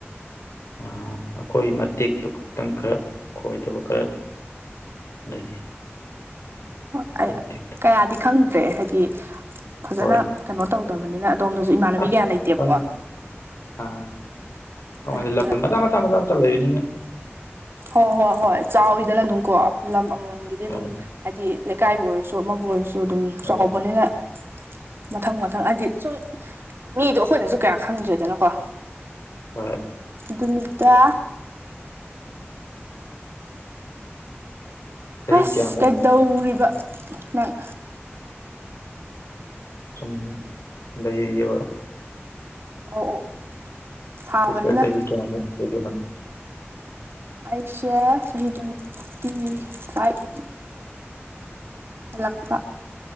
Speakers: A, on the left; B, on the right.
A: ꯑꯩꯈꯣꯏ ꯃꯇꯦꯛꯇꯨ ꯈꯛꯇꯪ ꯈꯔ ꯈꯣꯏꯗꯕ ꯈꯔ ꯂꯩ
B: ꯍ
A: ꯑꯩꯈꯣꯏ
B: ꯑꯩ
A: ꯃꯇꯦꯛꯇ
B: ꯀꯌꯥꯗꯤ ꯈꯪꯗ꯭ꯔꯦ ꯍꯥꯏꯗꯤ ꯐꯖꯅ
A: ꯍꯣꯏ
B: ꯀꯩꯅꯣ ꯇꯧꯗꯕꯅꯤꯅ ꯑꯗꯣꯝꯗꯁꯨ ꯏꯃꯥꯟꯅꯕꯤ
A: ꯑꯁ
B: ꯀꯌꯥ ꯂꯩꯇꯦꯕꯀꯣ
A: ꯈꯪ ꯑ ꯀꯃꯥꯏ
B: ꯑꯗꯨꯗꯨꯅ
A: ꯃꯊ ꯃꯆꯥ ꯃꯆꯥ ꯃꯆꯥ ꯂꯩꯌꯅꯤꯅ
B: ꯍꯣꯏ ꯍꯣꯏ ꯍꯣꯏ ꯆꯥꯎꯋꯤꯗꯅ ꯑꯗꯨꯝ ꯀꯣ ꯂꯝ ꯑꯃꯃꯝꯒꯤꯗꯤ
A: ꯍꯣꯏ
B: ꯑꯗꯨꯝ ꯍꯥꯏꯗꯤ ꯂꯩꯀꯥꯏꯕꯨ ꯑꯣꯏꯔꯁꯨ ꯑꯃꯕꯨ ꯑꯣꯏꯔꯁꯨ ꯑꯗꯨꯝ
A: ꯍꯣꯏ
B: ꯆꯥꯎꯕꯅꯤꯅ ꯃꯊꯪ ꯃꯊꯪ ꯍꯥꯏꯗꯤ ꯁꯨꯝ ꯃꯤꯗꯣ ꯑꯩꯈꯣꯏꯅꯁꯨ ꯀꯌꯥ ꯈꯪꯗꯣꯏꯗꯅꯀꯣ
A: ꯍꯣꯏ
B: ꯅꯨꯃꯤꯠꯇ
A: ꯆꯍꯤ
B: ꯑꯁ
A: ꯀꯌꯥꯃꯨꯛ
B: ꯀꯩꯗꯧꯔꯤꯕ ꯅꯪ
A: ꯁ ꯂꯩ ꯌꯦꯕ
B: ꯑꯣ ꯑꯣ ꯁꯥꯕꯅꯤꯅ
A: ꯏꯁꯇꯔ ꯆꯍꯤ ꯀꯌꯥ ꯂꯩꯗꯅ
B: ꯑꯩꯁꯦ ꯆꯍꯤꯍꯤ ꯇ꯭ꯋꯦꯟꯇꯤ ꯐꯥꯏꯚ ꯍꯂꯄ꯭ꯔ